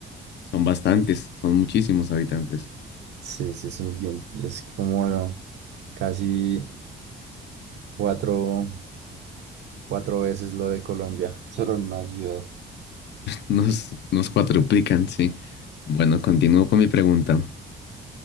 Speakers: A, on the left; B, on the right.
A: Son bastantes, son muchísimos habitantes.
B: Sí, sí, sí. Es como lo- casi cuatro, cuatro veces lo de Colombia, solo en una ciudad.
A: Nos, nos cuadruplican, sí. Bueno, continúo con mi pregunta.